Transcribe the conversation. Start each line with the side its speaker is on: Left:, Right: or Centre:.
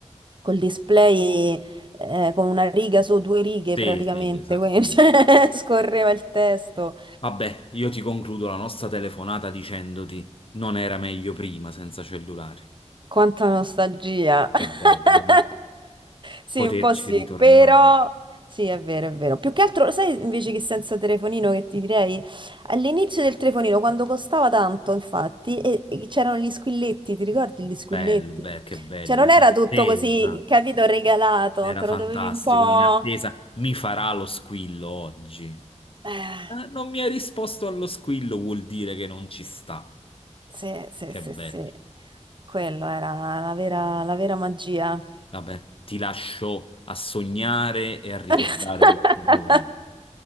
Right: col display eh, con una riga su due righe
Left: Sì,
Right: praticamente,
Left: sì, esattamente.
Right: quindi <laughs> cioè, scorreva il testo.
Left: Vabbè, io ti concludo la nostra telefonata dicendoti non era meglio prima senza cellulari.
Right: Quanta nostalgia. <laughs>
Left: Che bello, eh?
Right: Sì,
Left: Poterci
Right: un po' sì,
Left: ritornare.
Right: però sì, è vero, è vero. Più che altro, sai invece che senza telefonino che ti direi? All'inizio del telefonino, quando costava tanto, infatti, e- e c'erano gli squilletti, ti ricordi gli squilletti?
Left: Bello, beh, che bello.
Right: Cioè, non
Left: In
Right: era
Left: attesa,
Right: tutto così, capito, regalato,
Left: era
Right: te
Left: fantastico.
Right: lo dovevi un po'...
Left: In attesa, mi farà lo squillo oggi.
Right: Eh,
Left: Eh, non mi ha risposto allo squillo, vuol dire che non ci sta.
Right: sì, sì,
Left: Che
Right: sì,
Left: bello.
Right: sì. Quello era la vera, la vera magia.
Left: Vabbè, ti lascio a sognare e a ricordare
Right: <laughs>
Left: questi momenti.